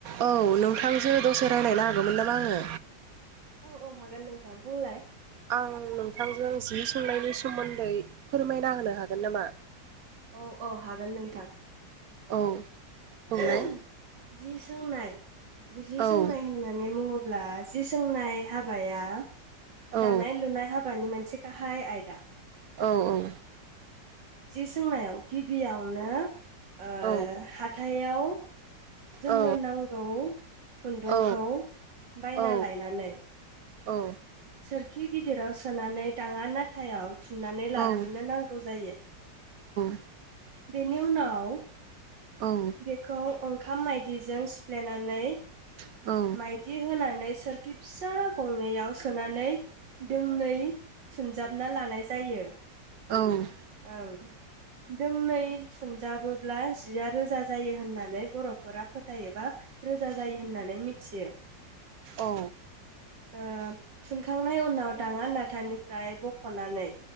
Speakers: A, on the right (about 60°); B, on the right (about 80°).
A: औ नोंथांजो दसे रायलायनो हागो मोन नामा आङो।
B: औ- औ हागोन नोंथां बुंलाय।
A: आं नोंथांजों जि सोंनायनि सोमोन्दै फोरमायना होनो हागोन नामा।
B: औ -औ हागोन नोंथां
A: औ बुंलाय
B: ओ जि सोंनाय जि
A: औ
B: सोंनाय होननानै मुङाव अब्ला जि सोंनाय हाबाया
A: औ
B: दानाय लुनाय हाबानि मोन से गाहाय आइदा।
A: औ -औ
B: जि सोंनायाव गिबियावनो ओ
A: औ
B: हाथाय याव जोंनो
A: औ
B: नांगौ खुन्दुंखौ
A: औ
B: बायना
A: औ
B: लायनानै
A: औ
B: सोर खि गिदिराव सोनानै थाङा नाथायाव सुनानै लाग्रोनो
A: औ औ
B: नांगौ जायो।
A: औ
B: बेनि उनाव
A: औ
B: बेखौ ओं खाम मायदिजों सिफ्लेनानै
A: औ औ
B: मायदि होनानै सोरखि फिसा गंनैयाव सोनानै दोंनै सुनजाबना लानाय जायो।
A: औ।
B: ओं दोंनै थुनजाबोब्ला जिया रोजा जायो होननानै बर फोरा फोथायो बा रोजा जायो होननानै मिथियो।
A: औ।
B: ओ थुनखांनाय उनाव दाङा नाथानिफ्राय बखनानै